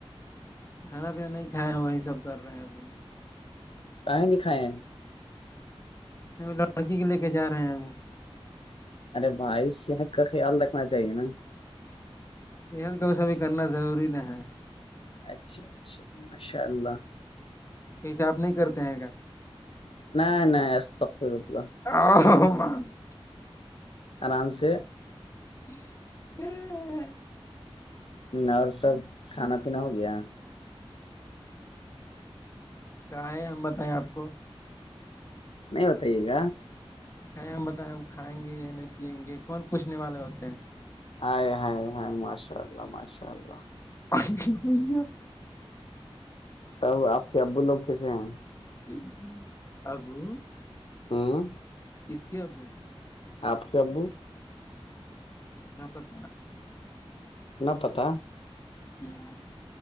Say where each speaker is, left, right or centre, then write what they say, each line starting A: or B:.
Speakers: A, on the left; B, on the left.
A: کھانا پینا نہیں کھائے ہیں وہی سب کر رہے ہیں ابھی
B: کہیں دکھائے ہیں
A: ا لڑکی کے لے کے جا رہے ہیں ابھی
B: ارے بھائی صحت کا خیال رکھنا چاہیے نا
A: صحت کا اس س بھیھی کرنا ضروری نہ ہے
B: اچھا اچھا ماشاء اللہ
A: کیسے آپ نہیں کرتے ہیں گا
B: نہیں نہیں استغفرللہ
A: <unintelligible>
B: آرام سے
A: <unintelligible>
B: اور سب کھانا پینا ہو گیا
A: کیا ہے ہم بتائیں آپ کو
B: نہیں ہوتائی یہ گ
A: کہیں ہم بتائیں ہم کھائیں گے یا نہیں پیئیں گے کون پوچھنے والے ہوتے ہیں
B: آ ہائے ہائے ماشاء اللہ ماشاء اللہ
A: <unintelligible>
B: تب آپ کے ابو لوگ کیسے ہیں
A: ج ابو
B: ہاں
A: کس کی اب
B: آپ کے ابو
A: کیا پتہ
B: ن پتہ
A: <unintelligible>